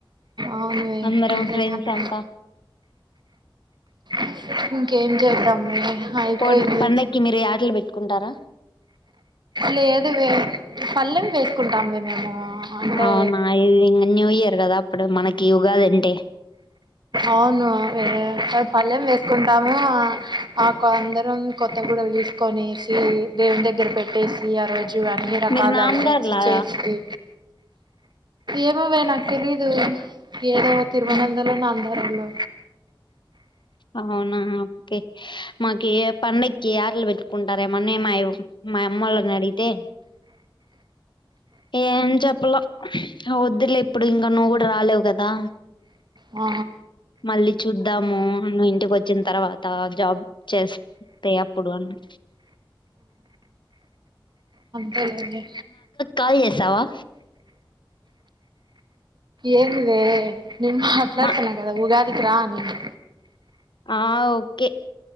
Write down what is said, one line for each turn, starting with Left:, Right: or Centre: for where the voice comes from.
Right: అవునువే
Left: అందరం
Right: నిజంగానే
Left: ఫ్రెండ్స్ అంతా
Right: <inaudible> ఇంకేం చేద్దాం అయిపోయింది
Left: పోన్- పండక్కి మీరు యాటలు పెట్టుకుంటారా
Right: లేదు వే పల్లెం వేసుకుంటామే మేము అంటే
Left: అవునా ఇది ఇ న్యూ ఇయర్ గదా అప్పుడు మనకి కి ఉగదంటే
Right: అవును అవే పళ్ళెం వేసుకుంటాము అ మాకు అందరం కొత్తగూడలు తీసుకొనేసి దేవున్ దగ్గర పెట్టేసి ఆ రోజు అన్ని రకాల
Left: మీరు నామదారులా
Right: ఐటమ్స్ చేశి ఏమో వే నాక్ తెలిదు ఏదో తిరువనందల
Left: ఉమ్.
Right: నాంద తరలో
Left: అవునా ఓకే మాకే పండక్కి యటలు పెట్టుకుంటారేమోని మాయో మా అమ్మాల్ని అడిగితే ఏం చెప్లా వద్దులే ఇప్పుడు ఇంకా నువ్వు గూడ రాలేవు గదా
Right: ఆ
Left: మళ్ళీ చూద్దాము అ ఇంటికి వచ్చిన తర్వాత జాబ్ చేస్తే అప్పుడు అన
Right: లేవె
Left: కాల్ చేసావా
Right: ఏంది వే నేన్ మాట్లాడ్తన
Left: మా
Right: గదా ఉగాది కి రా అనింది
Left: ఆ ఓకె